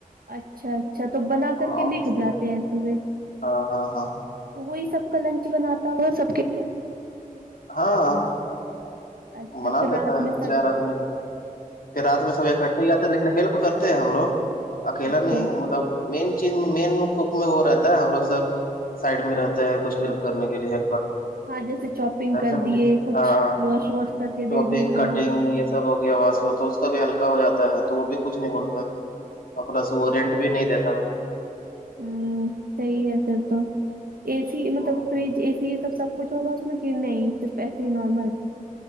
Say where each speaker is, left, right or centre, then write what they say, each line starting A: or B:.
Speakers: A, on the right; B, on the left.
A: اچھا اچھا تو بنا
B: ہاں
A: کر کے
B: آفس
A: لکھ
B: لے
A: جاتے
B: کر
A: ہیں صبح
B: ہاں ہاں ہاں
A: تو وہی سب کا لنچ بناتا ہوگا سب کے لیے
B: ہاں
A: اچھا
B: منا
A: پھر
B: لیتا
A: رات
B: ہے
A: میں سب
B: چار آدمی کا کہ رات میں سب اکٹھا ہی جاتتے لیکن ہیلپ کرتے ہیں ہم لوگ اکیلا
A: اچھا
B: نہیں مطلب مین چیز مین کوک میں وہ رہتا ہے ہم لوگ سب سائڈ میں رہتا ہے کچھ ہیلپ کرنے کے لیے ہیلپر
A: ہاں جیسے شاپنگ
B: وسا
A: کر
B: مجھے
A: دیے کچھ
B: ہاں
A: واش واش کر کے
B: شاپنگ
A: دے دیے کھانا
B: کٹنگ
A: ہمیں
B: یہ سب ب ہو گیا واس و تو اس کا بھی ہلکا ہو جاتا ہے تو وہ بھی کچھ نہیں بولتا اپناس وہ رینٹ بھی نہیں دیتا
A: ہ ت ہی ہے تو تو اے سی مطلب
B: ہ
A: فریج اے سی یہ سب سب کچھ ہوگا اس میں گرنا ہی صرف ایسے ہی نارمل